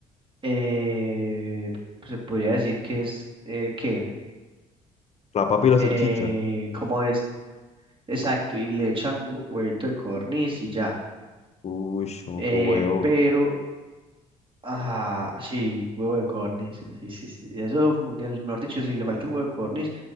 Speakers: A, on the right (about 35°); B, on the left (about 45°).
A: eh, pues se podría decir que es, eh, ¿qué?
B: la papa y la
A: Eh,
B: salchicha.
A: ¿cómo es? Exacto, y le echan hue- huevito de codorniz y ya.
B: Uy, no,
A: Eh,
B: qué huevo.
A: pero, ah, sí, huevo de codorniz. Sí, sí, sí. Eso, mundial, mejor dicho, si le falta el huevo de codorniz,